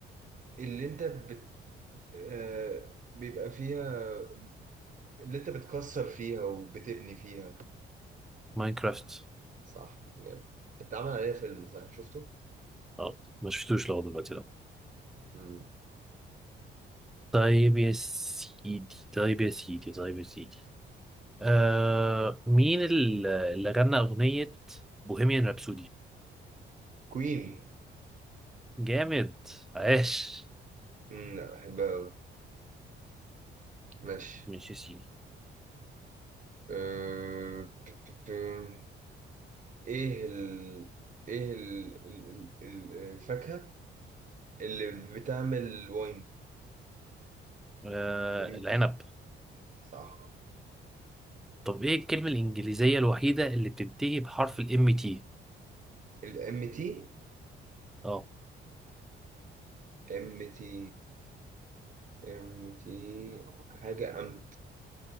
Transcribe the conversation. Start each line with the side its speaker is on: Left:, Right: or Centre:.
Right: اللي انت بت... آه... بيبقى فيها اللي انت بتكسر فيها وبتبني فيها
Centre: ماينكرافت
Right: صح جامد اتعمل عليها فيلم صح شفته
Centre: اه ما شفتوش لغايه دلوقتي لا
Right: مم.
Centre: طيب يا سيدي طيب يا سيدي طيب يا سيدي آه مين ال- اللي غنى أغنية بوهيميان رابسودي؟
Right: كوين
Centre: جامد عاش
Right: مم، لا بحبها أوي. ماشي
Centre: مش يا سيدي
Right: آه... بت- بت- ايه ال... ايه ال... ال... ال- الفاكهة اللي بتعمل واين
Centre: آه
Right: نبيت
Centre: العنب
Right: صح
Centre: طب ايه الكلمة الإنجليزية الوحيدة اللي بتنتهي بحرف الام تي؟
Right: الام تي
Centre: اه
Right: ام تي ام تي حاجة ام